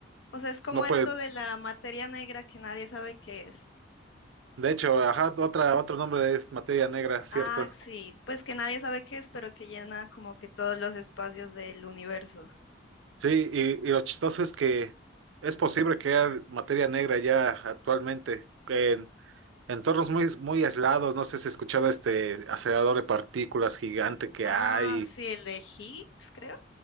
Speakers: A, on the left (about 80°); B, on the right (about 85°).
A: O sea, es como
B: no
A: esto
B: puede,
A: de la materia negra que nadie sabe qué es.
B: de hecho, ajá, otra, otro nombre es materia negra, ¿cierto?
A: Ah, sí, pues que nadie sabe qué es, pero que llena como que todos los espacios del universo.
B: Sí, y, y lo chistoso es que es posible crear materia negra ya actualmente en entornos muy, muy aislados, no sé si has escuchado este acelerador de partículas gigante que
A: Ah,
B: hay,
A: sí, el de Higgs, creo,